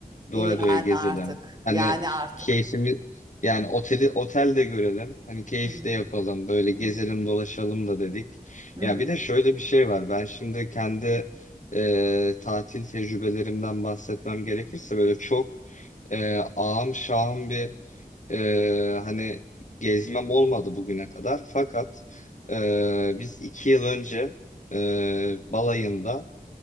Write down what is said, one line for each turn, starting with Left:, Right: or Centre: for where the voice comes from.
Left: Doya
Right: Yani
Left: doya gezelim.
Right: artık.
Left: Hani
Right: Yani artık.
Left: keyfimiz yani oteli otelde görelim. Hani keyif
Right: Hı hı.
Left: de yapalım. Böyle gezelim
Right: Hı hı.
Left: dolaşalım da dedik.
Right: Hı
Left: Ya
Right: hı.
Left: bir de şöyle bir şey var. Ben şimdi kendi e, tatil tecrübelerimden bahsetmem gerekirse böyle çok e, ağam şahım bir e, hani gezmem olmadı bugüne kadar. Fakat e, biz iki yıl önce e, balayında